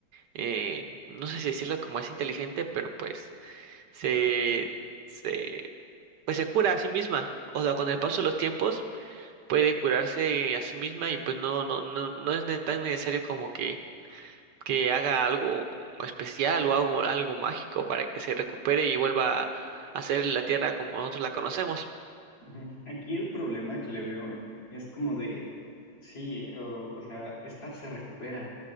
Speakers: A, on the right (about 70°); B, on the left (about 75°).
A: eh, no sé si decirlo como es inteligente, pero pues se, se, pues se cura a sí misma. O sea, con el paso de los tiempos puede curarse a sí misma y pues no, no, no, no es ne- tan necesario como que que haga algo como especial o algo, algo mágico para que se recupere y vuelva a ser la Tierra como nosotros la conocemos.
B: Ujú. Aquí el problema que le veo es como de, sí, o, o sea, esta se recupera,